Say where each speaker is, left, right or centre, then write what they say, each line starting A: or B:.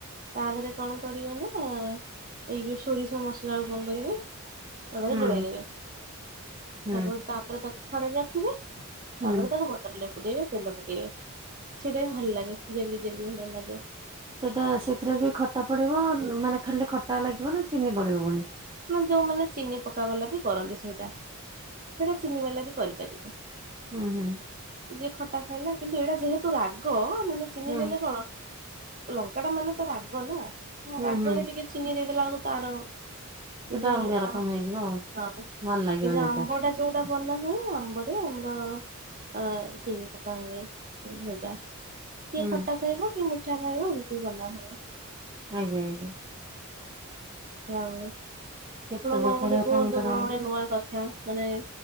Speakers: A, on the right; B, on the right.
A: ତା ଦେହେରେ କଣ କରିବେ ନା ଏଇ ଯୋଉ ସ୍ ସୋରିଷ ମସଲାକୁ କଣ କରିବେ ତା ଦେହରେ
B: ହୁଁ
A: ଗୋଳେଇ ଦେବେ
B: ହୁଁ
A: ତାକୁ ତାପରେ ତାକ୍ ଖରାରେ ରଖିବେ
B: ହୁଁ।
A: ତାପରେ ତାକୁ ଗୋ ତେଲ ପକେଇବେ ତେଲ ପକେଇବେ ସେଟା ବି ଭଲ ଲାଗେ ଜେଲି ଜେଲି ଭଳିଆ ଲାଗେ।
B: ସେଟା ସେଥିରେ ବି ଖଟା ପଡିବ ମାନେ ଖାଲି ଖଟା ଲାଗିବ ନା ଚିନି ପଡିବ ପୁଣି।
A: ମାନେ ଯୋଉମାନେ ଚିନି ପକବାଲା ବି କରନ୍ତି ସେଇଟା। ସେଟା ଚିନିିବାଲା ବି କରିପାରିବେ।
B: ହୁଁ ହୁଁ।
A: ଯିଏ ଖଟା ଖାଇଲା କିନ୍ତୁ ଏଇଟା ଯେହେତୁ ରାଗ ମାନେ ଚିହ୍ନି
B: ହୁଁ
A: ଦେଲେ କଣ। ଲଙ୍କା ଟା ମାନେ ତ ରାଗ ନା
B: ହୁଁ
A: ରାଗରେ
B: ହୁଁ
A: ଟିକେ ଚିନି ଦେଇଦେଲା ବେଳକୁ ତାର କି
B: ସେଟା
A: ଯୋଉ
B: ଅଲଗା ରକମ
A: ଆ
B: ହେଇଯିବ ଆଉ
A: ହଁ
B: ଭଲ ଲାଗିବନି
A: ଏ ଯୋଉ
B: ଏତେ
A: ଆମ୍ବ ଟା ଯୋଉଟା ବନା ହୁଏ ଆମ୍ବରେ ଆମର ଆଁ ଚିନି ପକା ହୁଏ ଉଁ ହେଇଟା। କିଏ
B: ହୁଁ।
A: ଖଟା ଖାଇବ କି ମିଠା ଖାଇବ ଏମିତି ବନା ହୁଏ।
B: ଆଜ୍ଞା ଆଜ୍ଞା।
A: ହଉ ଆପଣ
B: କେତେ
A: କଣ
B: ପ୍ରକାର
A: ଗୋଟେ
B: ଆପଣଙ୍କର
A: କୁହନ୍ତୁ କଣ
B: ହଁ
A: ଗୋଟେ ନୂଆ କଥା ମାନେ